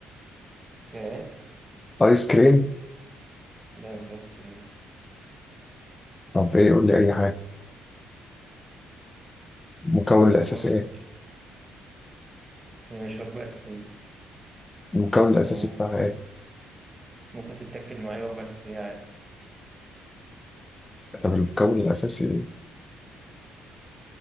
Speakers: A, on the right; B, on the left.
A: فيها ايه؟
B: آيس كريم
A: لا مش عايز تقولي
B: طب إيه قول لي أي حاجة المكون الأساسي
A: طب اقول لك
B: إيه
A: إيه؟ هي مش وجبة أساسية
B: المكون الأساسي
A: يعني
B: بتاعها
A: بص
B: إيه
A: ممكن تتاكل معايا وجبة أساسية عادي
B: طب المكون الأساسي إيه